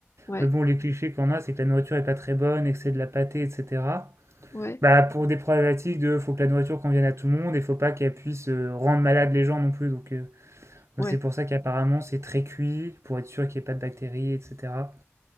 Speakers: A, on the left; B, on the right.
A: Ouais,
B: Mais bon, les clichés qu'on a, c'est que la nourriture est pas très bonne et que c'est de la pâtée, etc.
A: ouais,
B: Bah, pour des problématiques de faut que la nourriture convienne à tout le monde et faut pas qu'elle puisse euh, rendre malade les gens non plus. Donc, euh,
A: ouais.
B: donc c'est pour ça qu'apparemment c'est très cuit pour être sûr qu'il n'y ait pas de bactéries, etc.